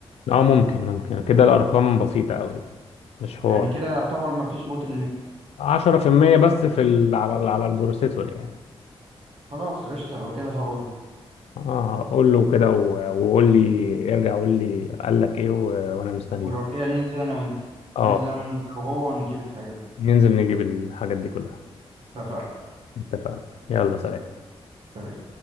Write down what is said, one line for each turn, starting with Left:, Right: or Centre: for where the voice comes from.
Left: اه ممكن ممكن كده الارقام بسيطة قوي مش حوار
Right: يعني كده يعتبر ما فيش بوتل نيك
Left: 10% بس في ال... على على البروسيسور يعني
Right: خلاص قشطة لو كده هقول
Left: اه قول له كده و- وقول لي ارجع قول لي قال لك ايه و- وانا مستنيه
Right: ولو كده ننزل انا وانت
Left: اه
Right: ننزل انا وانت وهو ونجيب الحاجات دي
Left: ننزل نجيب الحاجات دي كلها
Right: اتفقنا
Left: اتفقنا يلا سلام
Right: سلام